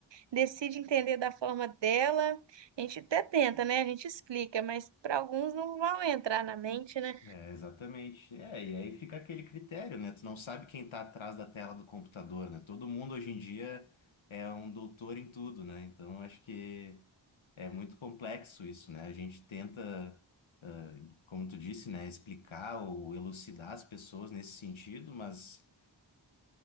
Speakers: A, on the right; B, on the left.
A: decide entender da forma dela, a gente até tenta, né? A gente explica, mas para alguns não vão entrar na mente, né?
B: É, exatamente. É, e aí fica aquele critério, né? Tu não sabe quem tá atrás da tela do computador, né? Todo mundo hoje em dia é um doutor em tudo, né? Então acho que É muito complexo isso, né? A gente tenta, ah, como tu disse, né, explicar ou elucidar as pessoas nesse sentido, mas